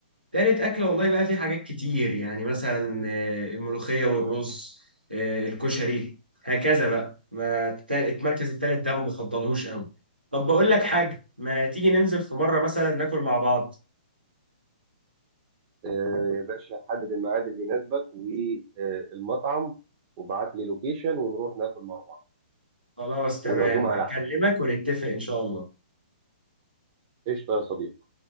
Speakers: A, on the right; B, on the right.
A: تالت اكله والله بقى في حاجات كتير يعني مثلا آه، الملوخيه والرز آه، الكشري هكذا بقى ما التا- المركز التالت ده ما بفضلهوش قوي طب بقول لك حاجه ما تيجي ننزل في مره مثلا ناكل مع بعض
B: آه يا باشا حدد الميعاد اللي يناسبك والمطعم وابعت لي لوكيشن ونروح ناكل مع بعض
A: خلاص تمام
B: والعزومه على
A: هكلمك
B: حسابي
A: ونتفق ان شاء الله
B: قشطه يا صديقي